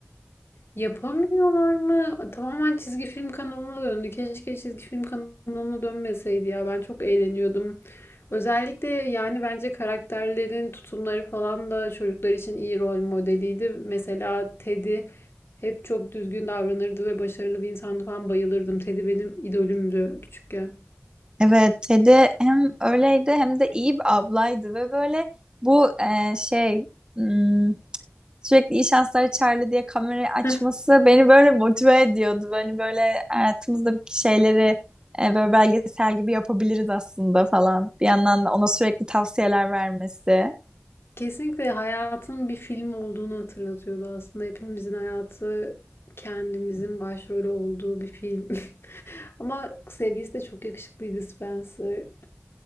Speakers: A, on the left (about 65°); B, on the right (about 20°).
A: Yapamıyorlar mı? Tamamen çizgi film kanalına döndü. Keşke çizgi film kanalına dönmeseydi ya. Ben çok eğleniyordum. Özellikle yani bence karakterlerin tutumları falan da çocuklar için iyi rol modeliydi. Mesela Teddy hep çok düzgün davranırdı ve başarılı bir insandı falan bayılırdım. Teddy benim idolümdü küçükken.
B: Evet Ted'i hem öyleydi hem de iyi bir ablaydı ve böyle bu e, şey hmm, Sürekli iyi şanslar Charlie diye kamerayı açması
A: <laughs>
B: beni böyle motive ediyordu. Böyle böyle hayatımızdaki şeyleri e, böyle belgesel gibi yapabiliriz aslında falan. Bir yandan da ona sürekli tavsiyeler vermesi.
A: Kesinlikle hayatın bir film olduğunu hatırlatıyordu aslında. Hepimizin hayatı kendimizin başrolü olduğu bir film. <laughs> Ama sevgilisi de çok yakışıklıydı Spencer.